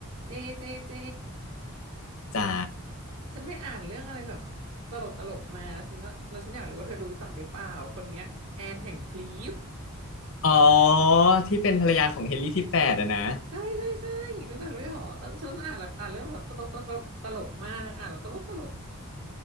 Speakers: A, on the right; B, on the left.
A: เจเจเจ
B: จ๋า
A: ฉันไปอ่านเรื่องอะไรแบบตลกตลกมาฉันว่าแล้วฉันอยากรู้ว่าเธอรู้จักหรือเปล่าคนเนี้ยแอนแห่งคลีฟ
B: อ๋อที่เป็นภรรยาของเฮนรี่ที่แปดอะนะ
A: ใช่ใช่ใช่รู้จักด้วยเหรอตอนฉันอ่านแล้วอ่านเรื่องของตลกตลกตลกมากอ่านแล้วตลกตลก